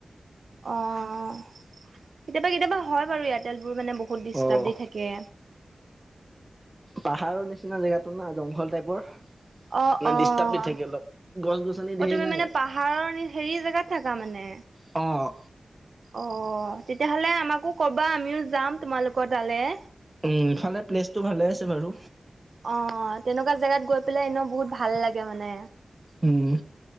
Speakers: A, on the right (about 60°); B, on the right (about 20°).
A: অ, কেতিয়াবা-কেতিয়াবা হয় বাৰু এয়াৰ টেল বোৰ মানে বহুত ডিষ্টাৰ্ব
B: অ'
A: দি থাকে।
B: পাহাৰৰ নিচিনা জেগাতো না, জংঘল টাইপৰ,
A: অ
B: মানে
A: অ
B: ডিষ্টাৰ্ব দি থাকে অলপ। গছ গছনি
A: অ,
B: ধেৰ
A: তুমি
B: নাই
A: মানে
B: ইয়াত
A: পাহাৰৰ হেৰি জেগাত থাকা মানে?
B: অঁ।
A: অ, তেতিয়াহ'লে আমাকো ক'বা, আমিও যাম তোমালোকৰ তালৈ।
B: উম, ইফালে প্লেচটো ভালে আছে বাৰু!
A: অ, তেনেকুৱা জেগাত গৈ পেলাই, এনেও বহুত ভাল লাগে মানে।
B: উম,